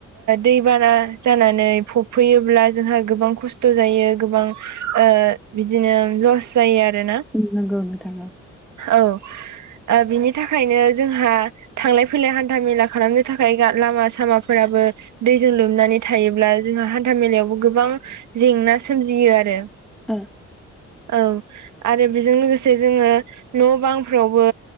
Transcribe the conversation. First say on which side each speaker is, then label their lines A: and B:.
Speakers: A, on the right; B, in the centre.
A: दै बाना जानानै फबफैयोब्ला जोंहा गोबां खस्थ' जायो गोबां ओ बिदिनो लस जायो आरो ना।
B: नोंगौ नोंथां औ।
A: औ ओ बिनि थाखायनो जोंहा थांलाय फैलाय हान्था मेला खालामनो थाखाय गा लामा सामाफोराबो दैजों लोमनानै थायोब्ला जोंहा हान्था मेलायावबो गोबां जेंना सोमजियो आरो।
B: ओ।
A: ओं आरो बेजों लोगोसे जोंङो न' बांफ्रावबो